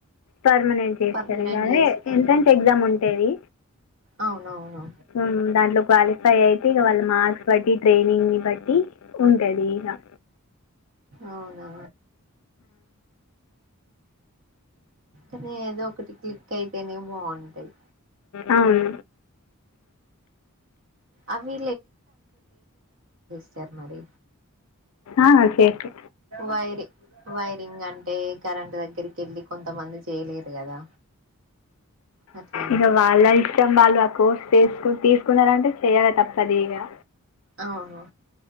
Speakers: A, on the left; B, on the right.
A: పర్మనెంట్ చేస్తారు
B: పర్మనెంట్
A: కానీ
B: చేస్తారేమో
A: ఎంట్రన్స్ ఎగ్జామ్
B: హ్మ్.
A: ఉంటేది
B: అవునవును
A: ఉ దాంట్లో క్వాలిఫై ఫై అయితే ఇక వాళ్ళ మార్క్స్ బట్టి ట్రైనింగ్ ని బట్టి ఉంటది ఇక
B: అవునా అనీ ఏదో ఒకటి క్లిక్ అయితేనే బాగుంటాది
A: అవును
B: అవి సర్ మరి
A: ఆ సేపే
B: వైరి వైరింగ్ అంటే కరెంు దగ్గరికి వెళ్ళి కొంతమంది చేయలేరు కదా అట్లాని
A: ఇంక వాళ్ళ ఇష్టం వాళ్ళు ఆ కోర్స్ చేసుకుంట తీసుకున్నారంటే చెయాలా తప్ప సదిగా
B: అఓహ